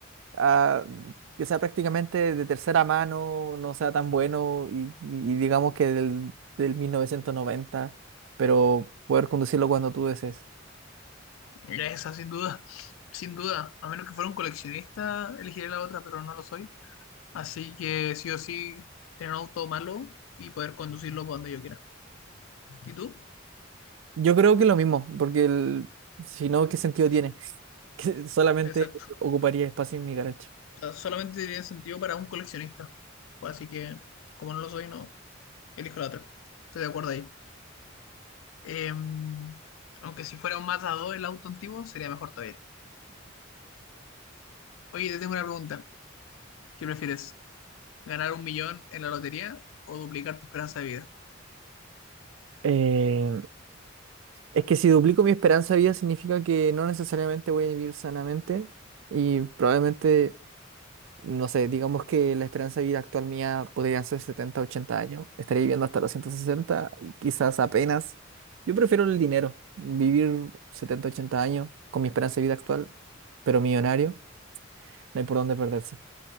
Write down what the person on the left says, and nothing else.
Esa, sin duda, sin duda. A menos que fuera un coleccionista, elegiría la otra, pero no lo soy. Así que sí o sí, tener un auto malo y poder conducirlo por donde yo quiera. ¿Y tú?
Exacto.
O sea, solamente tiene sentido para un coleccionista. Pues así que, como no lo soy, no, elijo la otra. Estoy de acuerdo ahí. Eh, aunque si fuera un Mazda 2 el auto antiguo, sería mejor todavía. Oye, te tengo una pregunta. ¿Qué prefieres? ¿Ganar un millón en la lotería o duplicar tu esperanza de vida?